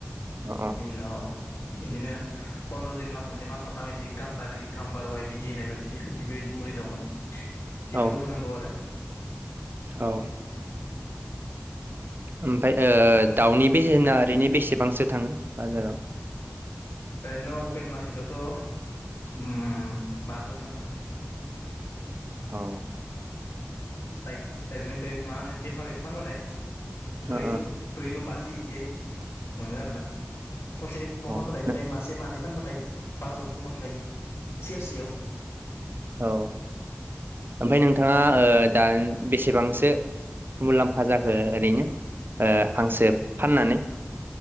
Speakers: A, on the right; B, on the left.
A: अ
B: बेनि उनाव बिदिनो पन्द्र दिन मास मोनसे मास मोन थाम इदि गाम्बारि गाम्बारु वाइ बिदि होननाय बिदि बेफोरबायदि मुलि दङ। बेफोरखौ
A: औ
B: होनांगौ आरो
A: औ ओमफ्राय ओ दाउनि बेसेना ओरैनो बेसेबांसो थांङो बाजाराव?
B: ओरैनो अपेन मार्केटवथ'ओ बाजौ थांङो।
A: अ'।
B: बाइक ओरैनो मा होनो बेफारिनो फानबाथाय ब्रैजौ,
A: ओ
B: ब्रैजौ बाजि इदियै मोनो आरो ना। खनसेनि
A: ओ अ
B: <unintelligible> मासे मानै फानबाथाय बाजौखौ मोनखायो सेरसेयाव।
A: औ ओमफ्राय नोंथाङा ओ दा बेसेबांसो मुलाम्फा जाखो ओरैनो ओ हांसो फाननानै?